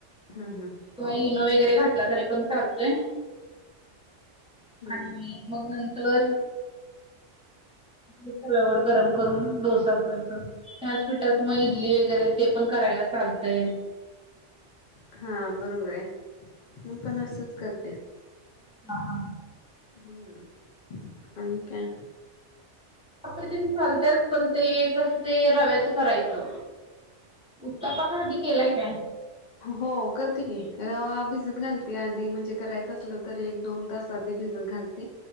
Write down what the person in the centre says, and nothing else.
किंवा इनो वगैरे घातला तरी पण चालतोय.
आणि मग नंतर, तव्यावर गरम करून डोसा बनवायचा, त्याचं पिठाची मग इडली. इडली वगैरे ते पण करायला चालतंय.
हा हा.
आप्पे तेन चालत्यात, पण ते कसं ते रव्याचं करायचं. उत्तापा कधी केलाय कायं.